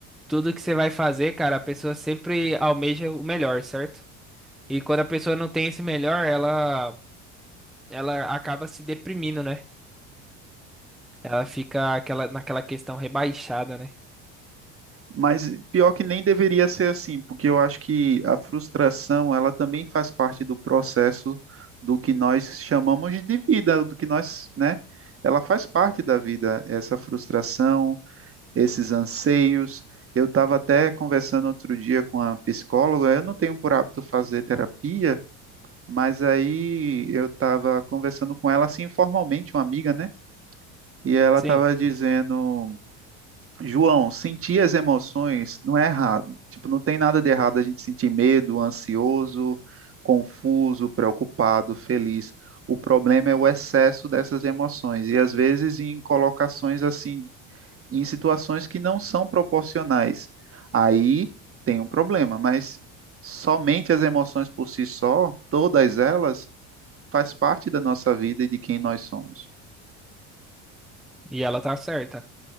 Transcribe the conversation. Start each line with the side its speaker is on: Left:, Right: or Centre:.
Centre: tudo que você vai fazer, cara, a pessoa sempre almeja o melhor, certo? E quando a pessoa não tem esse melhor, ela, ela acaba se deprimindo, né? Ela fica aquela, naquela questão rebaixada, né?
Right: Mas pior que nem deveria ser assim, porque eu acho que a frustração, ela também faz parte do processo do que nós chamamos de vida, do que nós, né? Ela faz parte da vida, essa frustração, esses anseios. Eu estava até conversando outro dia com a psicóloga, eu não tenho por hábito fazer terapia, mas aí eu estava conversando com ela assim informalmente, uma amiga, né? E ela
Centre: Sim,
Right: estava dizendo, João, sentir as emoções não é errado. Tipo, não tem nada de errado a gente sentir medo, ansioso, confuso, preocupado, feliz. O problema é o excesso dessas emoções e às vezes em colocações assim em situações que não são proporcionais. Aí tem um problema, mas somente as emoções por si só, todas elas, faz parte da nossa vida e de quem nós somos.
Centre: e ela tá certa.